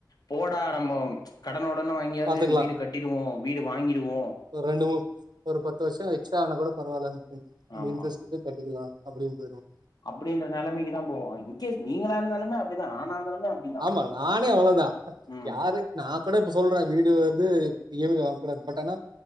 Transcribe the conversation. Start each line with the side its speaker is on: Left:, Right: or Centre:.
Left: போடா நம்போம் கடன ஒடன வாங்கியாவது
Right: பாத்துக்கலா
Left: வீடு கட்டிடுவோ வீடு வாங்கிடுவோ
Right: ஒ ரெண்டு மூ ஒரு பத்து வருஷோ எக்ஸ்ட்டா ஆனா கூட பரவால்ல இண் அந்த
Left: ஆமா
Right: இண்ரெஸ்ட்டு திருப் கட்டிக்கிலா அப்புடின் போயிடுவாங்
Left: அப்புடின்ற நெலமைக்கி தா போவா இன்கேஸ் நீங்களா இருந்தாலுமே அப்புடிதா நானா இருந்தாலுமே அப் அப்படிதான்
Right: ஆமா நானே அவளோ தா
Left: ம்
Right: யாரு நான் கூட இப்ப சொல்ற வீடு வந்து இ எம் ஐல வாங்க கூடாது பட் ஆனா